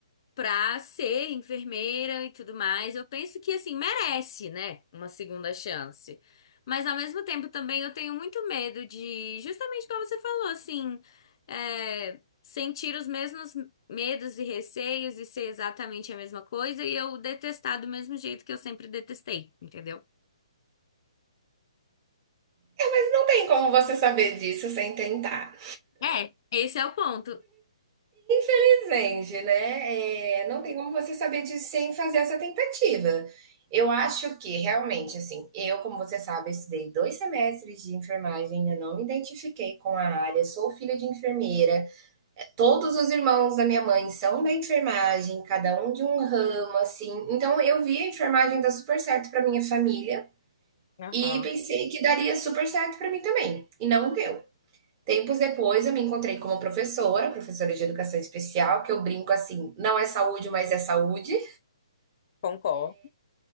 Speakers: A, on the left; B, on the right.
A: pra ser enfermeira e tudo mais. Eu penso que, assim, merece, né? Uma segunda chance. Mas, ao mesmo tempo, também eu tenho muito medo de, justamente como você falou, assim, é, sentir os mesmos medos e receios e ser exatamente a mesma coisa e eu detestar do mesmo jeito que eu sempre detestei, entendeu?
B: É, mas não tem como você saber disso sem tentar.
A: É, esse é o ponto.
B: Infelizmente, né? É, não tem como você saber disso sem fazer essa tentativa. Eu acho que realmente, assim, eu, como você sabe, estudei dois semestres de enfermagem, eu não me identifiquei com a área, sou filha de enfermeira. Todos os irmãos da minha mãe são da enfermagem, cada um de um ramo, assim. Então, eu vi a enfermagem dar super certo para minha família,
A: Aham,
B: E pensei que daria super certo para mim também, e não deu. Tempos depois eu me encontrei como professora, professora de educação especial, que eu brinco assim, não é saúde, mas é saúde.
A: concordo.